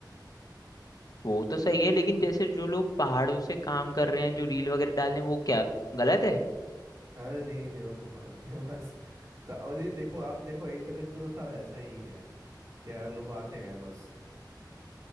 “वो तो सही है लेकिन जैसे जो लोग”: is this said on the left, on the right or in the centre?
Left